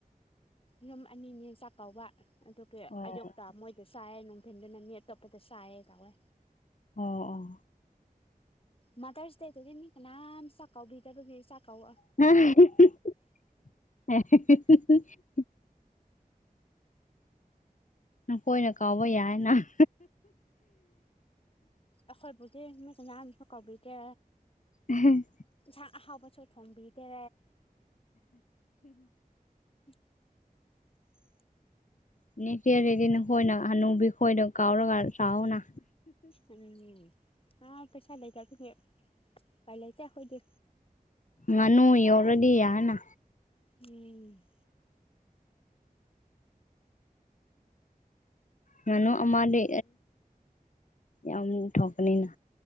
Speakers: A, on the left (about 40°); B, on the left (about 55°).
A: ꯌꯨꯝ ꯑꯅꯤꯅꯤ ꯆꯥꯛ ꯀꯧꯕ ꯑꯗꯨꯒꯤ
B: ꯑꯣ
A: ꯑꯌꯨꯛꯇ ꯃꯣꯏ ꯆꯥꯏꯑꯦ ꯅꯨꯡꯊꯤꯟꯗꯅ ꯃꯤ ꯑꯇꯣꯞꯄꯗ ꯆꯥꯏꯑꯦ ꯇꯧꯋꯦ
B: ꯑꯣ ꯑꯣ
A: ꯃꯥꯗ꯭ꯔꯁ ꯗꯦꯗꯗꯤ ꯃꯤ ꯀꯅꯥꯝ ꯆꯥꯛ ꯀꯧꯕꯤꯗꯕꯒꯤ ꯆꯥꯛꯀꯧ
B: <unintelligible> ꯅꯈꯣꯏꯅ ꯀꯥꯎꯕ ꯌꯥꯏꯅ
A: ꯑꯈꯣꯏꯕꯨꯗꯤ ꯃꯤ ꯀꯅꯥꯅꯁꯨ ꯀꯧꯕꯤꯗꯦ
B: ꯑꯍꯩ
A: ꯏꯟꯁꯥꯡ ꯑꯍꯥꯎꯕꯁꫪꯖꯨ ꯊꯣꯡꯕꯤꯗꯦ <unintelligible>
B: ꯅ ꯐꯗꯤꯅ ꯍꯣꯏꯅ ꯍꯅꯨꯕꯤ ꯍꯣꯏꯅ ꯀꯥꯥꯎꯔ ꯆꯥꯅ
A: ꯎꯝ ꯑꯥ ꯄꯩꯁꯥ ꯂꯩꯇ ꯑꯗꯨ ꯄꯥꯏ ꯂꯩꯇꯦ ꯑꯩꯈꯣꯏꯗꯤ
B: ꯉꯅꯨ ꯌꯧꯔꯗꯤ ꯌꯥꯅ
A: ꯎꯝ
B: ꯉꯅꯣ ꯑꯃꯗꯤ ꯌꯥꯝ ꯊꯛꯅꯤꯅ